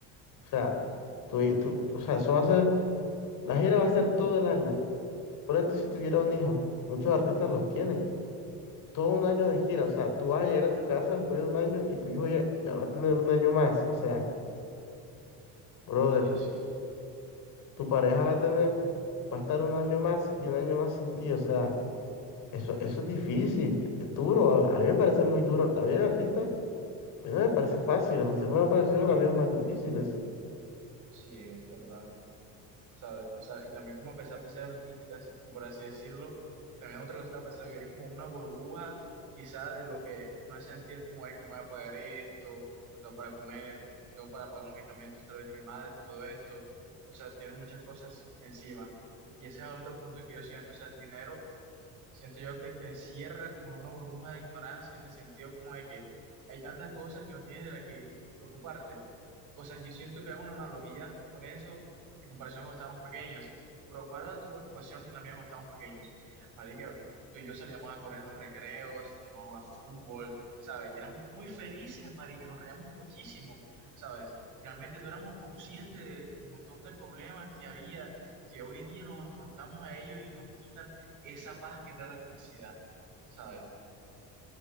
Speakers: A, on the left; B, on the right.
A: O sea, tú, y- tú, o sea, eso va a ser, la gira va a ser todo el año. Por esto, si tuviera un hijo, muchos artistas los tienen, todo un año de gira, o sea, tú vas a llegar a tu casa después de un año y tu hijo ya, ya va a tener un año más, o sea, brother.
B: Sí, sí,
A: tu pareja va a tener, va a estar un año más y un año más sin ti. O sea, eso, eso es difícil, es duro. A, a mí me parece muy duro. La vida del artista, a mí no me parece fácil. A mí siempre me ha parecido las vidas más difíciles.
B: sí, es verdad. ¿Sabes? O sea, y también como a pesar de ser artistas, y por así decirlo, también otra cosa está a pesar de vivir como una burbuja, quizá de lo que no es sentir como, ay, cómo voy a pagar esto, no tengo para comer, no tengo para pagar los medicamentos tal vez de mi madre, todo esto. O sea, tiene muchas cosas encima. Y ese es el otro punto que yo siento. O sea, el dinero Siento yo que te encierra como en una burbuja de ignorancia, en el sentido como de que hay tantas cosas que no tienes de las que preocuparte. O sea, yo siento que hago una analogía con eso en comparación cuando estábamos pequeños. Pero ¿cuál era tu preocupación y la mía cuando estábamos pequeños? Marica, tú y yo salíamos a correr en los recreos, salíamos a jugar fútbol, ¿sabes? Y éramos muy felices, marica, nos reíamos muchísimo, ¿sabes? Y realmente no éramos conscientes del montón de problemas que había, que hoy día nos afrontamos a ellos y nos quitan esa paz que trae la felicidad, ¿sabes?